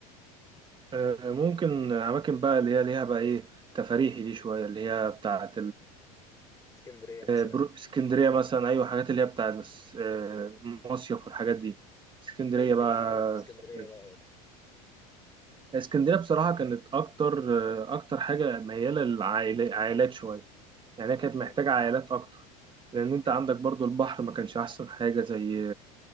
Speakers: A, on the right; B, on the left.
A: آه، ممكن أماكن بقى اللي هي ليها بقى إيه تفاريحي دي شوية اللي هي بتاعة
B: اسكندريه مثلا
A: آه، برو... اسكندرية مثلا أيوة حاجات اللي هي بتاع الس- آه، مصيف والحاجات دي اسكندرية
B: ايه ال-
A: بقى
B: إيه اللي عجبك في اسكندريه
A: سافرت.
B: بقى قول لي
A: اسكندرية بصراحة كانت أكتر آه، أكتر حاجة ميالة للعائلات شوية يعني هي كانت
B: تمام
A: محتاجة عائلات أكتر لأن أنت
B: حلو
A: عندك برضو البحر ما كانش أحسن حاجة زي